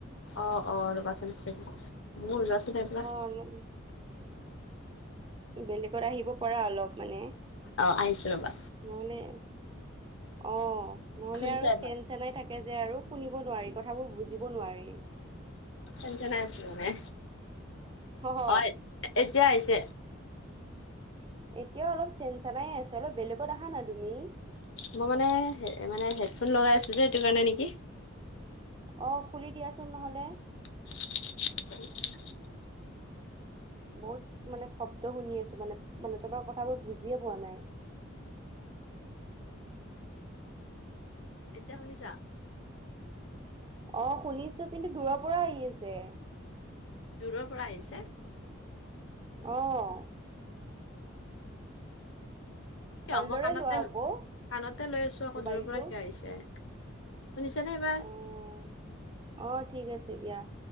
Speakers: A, on the left; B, on the right.
A: অ', অ', ৰবাচোন এক চেকন, মুন আহ সোণ এইফালে আহ।
B: <inaudible> বেলেগত আহিব পৰা অলপ মানে। নহলে,
A: অ আহিছো ৰবা
B: অ', নহ'লে
A: শুনিছা
B: আৰু
A: এইবাৰ
B: চেন চেনাই থাকে যে আৰু শুনিব নোৱাৰি, কথাবোৰ বুজিব নোৱাৰি।
A: চেন চেনাই আচে নে,
B: হ হ
A: অ', এতিয়া আহিছে?
B: এতিয়াও অলপ চেন চনাই আছে অলপ বেলেগত আহা নাই তুমি।
A: মই মানে, মানে হেডফোন লগাই আছো যে এইটো কাৰণে নেকি।
B: অ', খুলি দিয়াচোন নহলে।
A: <unintelligible>
B: বহুত মানে শব্দ শুনি আছো মানে, মানে তোমাৰ কথাবোৰ বুজিয়ে পোৱা নাই।
A: এতিয়া শুনিছা?
B: অ', শুনিছো কিন্তু দূৰৰ পৰা আহি আছে।
A: দূৰৰ পৰা আহিছে?
B: অ'।
A: কিয়
B: ভালদৰে
A: মই কাণতে-কাণতে
B: লোৱা আকৌ
A: লৈ আছো আকৌ
B: মোবাইলটো
A: দূৰৰ পৰা কিয় আহিছে? শুনিছানে এইবাৰ?
B: অ', অ', ঠিক আছে দিয়া।